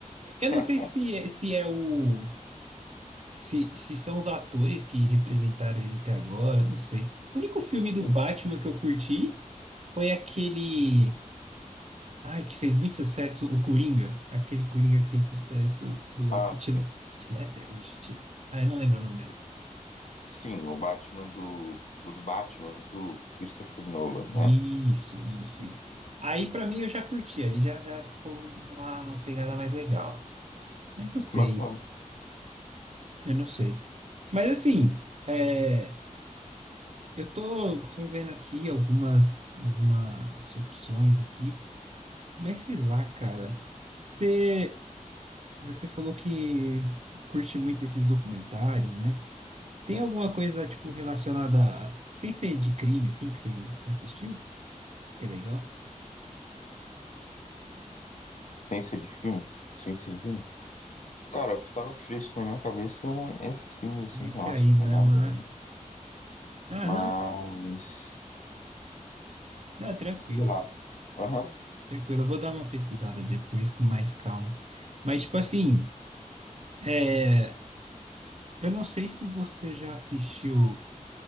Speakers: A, on the right; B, on the left.
A: eu não
B: <laughs>
A: sei se, é- se é o. Se, se são os atores que representaram ele até agora, não sei. O único filme
B: Sim.
A: do Batman que eu curti foi aquele. Ai, que fez muito sucesso o Coringa. Aquele Coringa que fez sucesso do
B: Ah,
A: Heath
B: sim.
A: Heath Ledger. Heath- Ah, eu não lembro o nome dele.
B: Sim, o Batman do. Os Batmans do Christopher Nolan, né?
A: Isso, isso, isso. Aí, pra mim, eu já curti. Ali já, já ficou uma pegada mais legal. Mas não sei,
B: Bacana.
A: eu não sei. Mas, assim, é, eu tô, tô vendo aqui algumas, algumas opções aqui. S- Mas sei lá, cara. Você, você falou que curte muito esses documentários, né? Tem alguma coisa, tipo, relacionada a... Sem ser de crime, assim, que você assistiu? Que é legal.
B: Ciência de filme? Ciência de filme? Cara, o que tava fresco na minha cabeça eram esses filmes, assim,
A: Esse
B: relacionados,
A: aí mesmo, né?
B: né?
A: Ah,
B: Mas.
A: não, t- não, tranquilo.
B: Sei lá. Aham.
A: Tranquilo, eu vou dar uma pesquisada depois com mais calma. Mas, tipo assim, é... eu não sei se você já assistiu